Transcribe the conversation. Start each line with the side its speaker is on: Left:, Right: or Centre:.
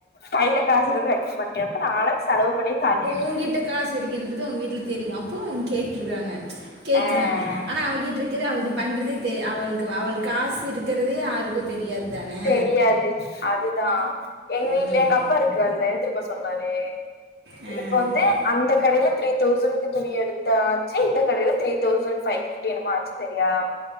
Left: கையில காசுருக்கு வைக்க மாட்டியா அப்ப நாள செலவு பண்ணி தா நீ
Right: ஊங்கிட்ட காசு இருக்கின்றது அவுங்க வீட்ல தெரியு அப்போ அவுங்க கேட்ருக்காங்க கேக்குறாங்க
Left: ஆ
Right: ஆனா அவகிட்ருக்குது அவது பண்றது தே அவளுக்கு அவள் காசு இருக்கறதே யாருக்கு தெரியாது தானே
Left: தெரியாது அதுதா எங்க
Right: ம்
Left: வீட்ல எங்க அப்பாருக்கு அதுல என்ன தெரிமா சொன்னாரு
Right: ஆ
Left: இப்ப வந்து அந்த கடைல த்ரீ தௌசண்கு துணி எடுத்தாச்சி இந்த கடைல த்ரீ தௌசண் ஃபவ் என்னமோ ஆச்சி செரியா